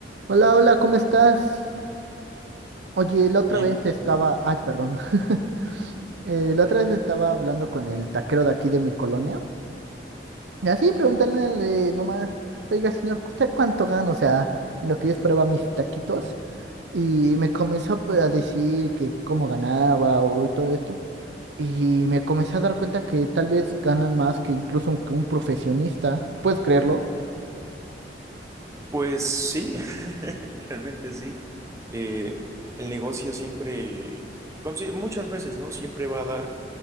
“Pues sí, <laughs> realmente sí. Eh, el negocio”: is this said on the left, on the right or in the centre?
Right